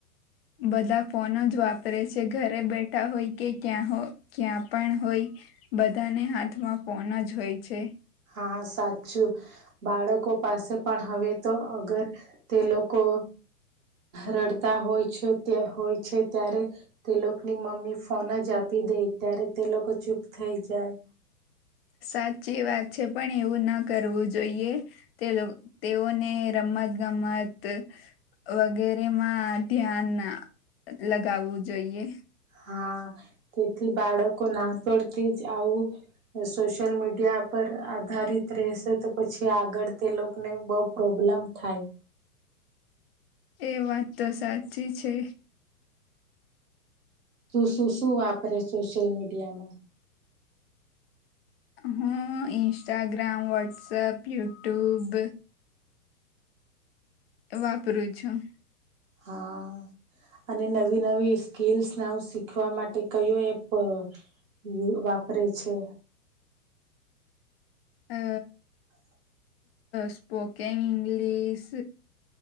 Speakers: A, on the left (about 40°); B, on the right (about 55°).
A: બધા ફોનો જ વાપરે છે. ઘરે બેઠા હોય કે ક્યાં ક્યાં પણ હોય બધાના હાથમાં ફોન જ હોય છે.
B: હા સાચું બાળકો પાસે પણ હવે તો અગર તે લોકો રડતા હોય છે. હોય છે ત્યારે તે લોકોની મમ્મી ફોન જ આપી દેય દે ત્યારે તે લોકો ચૂપ થઈ જાય.
A: સાચી વાત છે. પણ એવું ના કરવું જોઈએ તે તેઓને રમવા ગમત ગમત વગેરેમાં ધ્યાન લગાવવું જોઈએ.
B: હા તેથી બાળકો નાનપણ થી જ આવુ સોશ્યલ મીડીયા પર આધારિત રહેશે તો પછી આગળ તે લોકોને બહુ પ્રોબ્લેમ થાય.
A: એ વાત તો સાચી છે.
B: શું શું શું વાપરે સોશિયલ મીડિયામાં
A: હા ઇન્સ્ટાગ્રામ વોટ્સઅપ યુટ્યુબ વાપરું છું.
B: હા. અને નવી નવી સ્કીલ્સનેું શીખવા માટે કયો એપ હું વાપરું છુ <inaudible>
A: અ સ્પોકન ઇંગ્લીશ